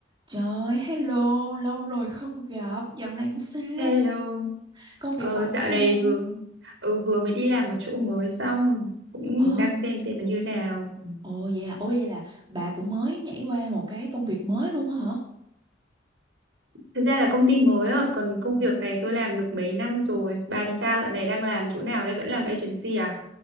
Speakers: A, on the right; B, on the right.
A: Trời, hello, lâu rồi không gặp, dạo này làm sao?
B: Hello,
A: Công việc
B: ờ,
A: ổn
B: dạo
A: không?
B: này vừa ừ, vừa mới đi làm một chỗ mới xong cũng
A: Ờ,
B: đang xem xem là như nào.
A: ồ vậy hả? Ồ vậy là bà cũng mới nhảy qua một cái công việc mới luôn á hả?
B: Thực ra là công ty mới á, còn
A: Ừ.
B: công việc này tôi làm được mấy năm rồi. Bà thì sao? Dạo này đang làm chỗ nào đây? Vẫn làm agency à?